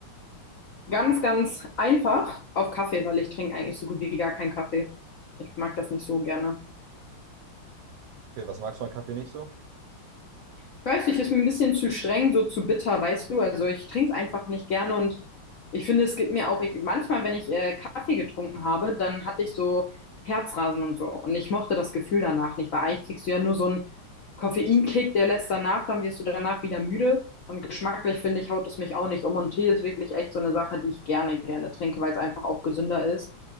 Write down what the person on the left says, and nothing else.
Ganz, ganz einfach auf Kaffee, weil ich trinke eigentlich so gut wie gar keinen Kaffee. Ich mag das nicht so gerne.
Ich weiß nicht, ist mir ein bisschen zu streng, so zu bitter, weißt du? Also ich trinke es einfach nicht gerne und ich finde, es gibt mir auch, ich, manchmal, wenn ich äh, Kaffee getrunken habe, dann hatte ich so Herzrasen und so. Und ich mochte das Gefühl danach nicht, weil eigentlich kriegst du ja nur so einen Koffeinkick, der lässt danach, dann wirst du danach wieder müde. Und geschmacklich finde ich, haut es mich auch nicht um. Und Tee ist wirklich echt so eine Sache, die ich gerne, gerne trinke, weil es einfach auch gesünder ist.